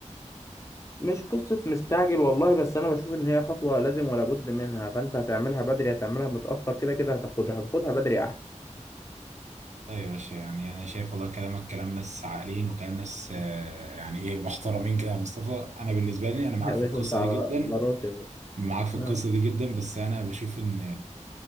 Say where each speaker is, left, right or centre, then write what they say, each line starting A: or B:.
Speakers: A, on the left (about 25°); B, on the right (about 70°).
A: مش قصة مستعجل والله بس أنا بشوف إن هي خطوة لازم ولا بد منها فأنت هتعملها بدري هتعملها متأخر كده كده هتاخدها هتاخدها بدري أحسن
B: طيب يا باشا يعني انا شايف والله كلامك كلام ناس عاقلين وكلام ناس آه، يعني ايه محترمين كده يا مصطفى انا بالنسبه لي
A: <laughs>
B: انا معاك
A: يا
B: في
A: باشا
B: القصه
A: أنت على
B: دي جدا
A: على راسي يا باشا.
B: معاك في القصة
A: آه.
B: دي جدا بس أنا بشوف إن